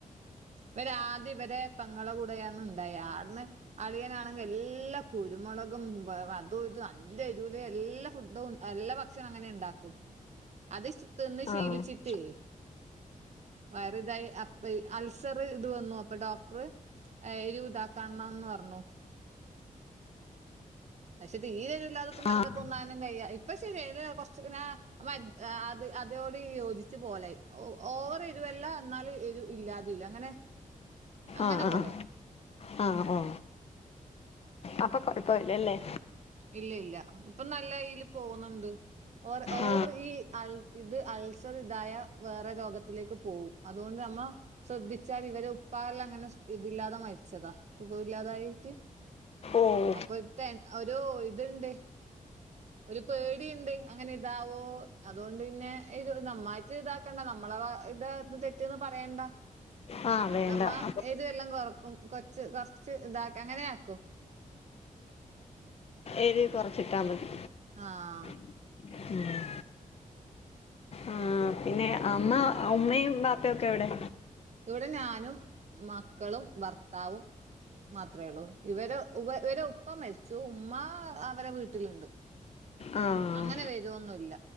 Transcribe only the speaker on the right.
ഇവരെ ആദ്യം ഇവരെ പെങ്ങളെ കൂടെയാന്നുണ്ടായി ആട്ന്ന് അളിയനാണെങ്കിൽ എല്ലാ കുരുമുളകും അതും ഇതും നല്ല എരൂല് എല്ലാ ഫുഡും നല്ല ഭക്ഷണം അങ്ങനെ ഇണ്ടാക്കും അത് തിന്ന്
ശീലിച്ചിട്ട് വയറ്തായി അ അൾസർ ഇത് വന്നു അപ്പൊ ഡോക്ടർ അയിലും ഇതാക്കണംന്ന് പറഞ്ഞു പക്ഷേ തീരൊ നിന്നു ടട്ടുംക്കുംനടക്കത്തൊന്നാ
കയ്യാ ഇപ്പ ശരിയായി അത് കൊറച്ചൊക്കനാ അത് അതോട് യോജി ച്ച് പോലായി ഓവർ എരുവല്ല എന്നാല് എരു ഇല്ലാതൂല്ല അങ്ങനെ അങ്ങനെ
പോലായി
ഇല്ല ഇല്ല ഇപ്പൊ നല്ല ഇതിൽ പോവുന്നുണ്ട് ഓർ ഓവറ്
ഈ അൾ ഇത് അൾസർ ഇതായ വേറെ രോഗത്തിലേക്ക് പോവും. അതുകൊണ്ട് നമ്മ ശ്രദ്ധിച്ചാൽ ഇവരെ ഉപ്പാല്ലാം അങ്ങനെ ഇതില്ലാതെ മരിച്ചതാ സുഖമില്ലാതായിട്ട്
അപ്പൊത്ത ഒരു ഇതുണ്ട് ഒരു പേടീംണ്ട് അങ്ങനെ ഇതാവോ അതുകൊണ്ട് പിന്നെ ഇത് നമ്മായിട്ട ഇതാക്ക ക്കണ്ട നമ്മളെ ഭാഗ ഇത തെറ്റിന്ന് പറയണ്ട
ഒന്നമ്മ
ഏത്വെല്ലാം കൊറ ക്കും കൊച്ച് കുറച്ച് ഇതാക്ക അങ്ങനെയാക്കും
ആഹ്
ഇവിടെ ഞാനും മക്കളും ഭർത്താവും മാത്രേ ഉള്ളൂ ഇവരെ ഉവ ഇവരെ ഉപ്പ മരിച്ചു ഉമ്മ അവരെ വീട്ടിലുണ്ട്.
അങ്ങനെ വരൊന്നുംല്ല